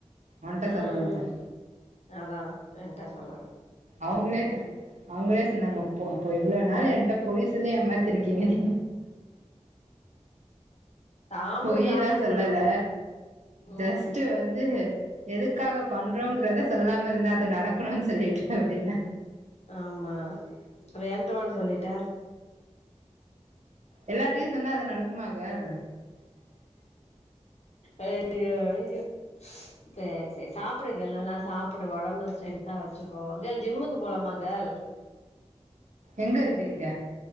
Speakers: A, on the right; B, on the left.
A: ஒன்டா
B: ம்
A: சொல்லலபார்
B: ம் அதா என்ட்ட சொல்லல
A: அவுங்ளே அவுங்ளே சொன்னாங்க அப்போ அப்ப இவ்ளோ நாள் என்ட்ட பொய் ஏமாத்திருக்கீங்க நீ
B: சாப்புடு
A: பொய்லா
B: சாப்புடுக்க
A: சொல்லல
B: ம்
A: ஜஸ்டு வந்து எதுக்காக பண்றோங்றத சொல்லாம இருந்தே அது நடக்கணும்ன்னு சொல்லிட்டு அப்டின்னா
B: ஆமா அப்ப ஏன்ட மட்டு சொல்லிட்ட
A: எல்லார்டையு சொன்னா அது நடக்குமா கேர்ல்
B: ஐயோ ஐயோ சேரி சேரி சாப்புடுங்க எல் நல்லா சாப் புடு ஒடம்ப ஸ்ட்ரென்த்தா வச்சுக்கோ கேர்ல் ஜிம்முக்கு போலாமா கேர்ல்
A: எங்க இருக்கு இங்க